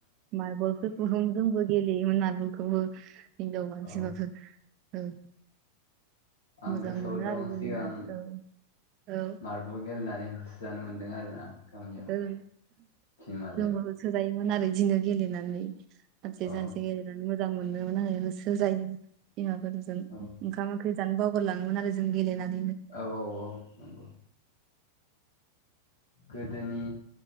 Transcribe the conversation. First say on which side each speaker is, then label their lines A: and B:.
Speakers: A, on the right (about 40°); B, on the left (about 70°).
A: मारबलफोरखौ जोंबो गेले गोमोन मारबलखौबो हिनजाव मानसिबाबो
B: औ
A: औ।
B: आं
A: मोजां
B: गोसोआव
A: मोनो
B: दं
A: आरो गेलेना
B: सिगां
A: औ औ
B: मार्बल गेलेनानै होसो जानो मोन्दों आरोना। गामियाव
A: ओं
B: टिमाजों
A: जोंबो होसो जायोमोन। इदिनो गेलेनानै सानसे
B: औ
A: सानसे गेलेनानै मोजां मोनोमोन होसो जायो बिमाफोरजों
B: औ
A: ओंखाम ओंख्रि जानो बाव बावगारलाङोमोन आरो‌ जों गेलेनानै।
B: औ औ औ नंगौ। गोदोनि